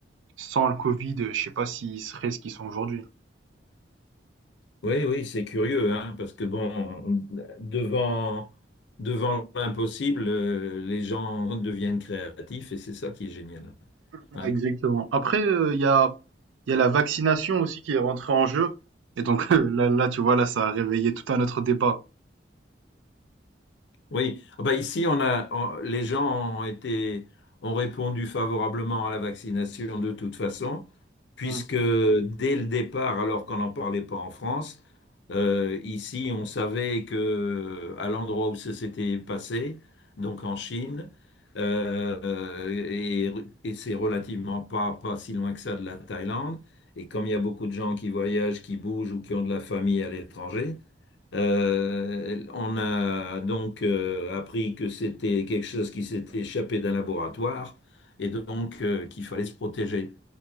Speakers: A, on the right; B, on the left.
A: sans le Covid, euh, je sais pas s'ils seraient ce qu'ils sont aujourd'hui.
B: oui, oui, c'est curieux, hein, parce que bon, on- devant, devant l'impossible, euh, les gens deviennent créatifs et c'est ça qui est génial.
A: Ouais,
B: Ouais.
A: Exactement. Après, euh, il y a, il y a la vaccination aussi qui est rentrée en jeu. Et donc <laughs> là, là, tu vois, là, ça a réveillé tout un autre débat.
B: Oui, Ah bah ici on a on- les gens ont été ont répondu favorablement à la vaccination de toute façon, puisque
A: Hmm.
B: dès le départ, alors qu'on n'en parlait pas en France, euh, ici on savait que à l'endroit où ça s'était passé, donc en Chine, euh, euh, et, et c'est relativement pas pas si loin que ça de la Thaïlande, et comme il y a beaucoup de gens qui voyagent, qui bougent ou qui ont de la famille à l'étranger. Euh, on a donc euh, appris que c'était quelque chose qui s'était échappé d'un laboratoire et donc euh, qu'il fallait se protéger.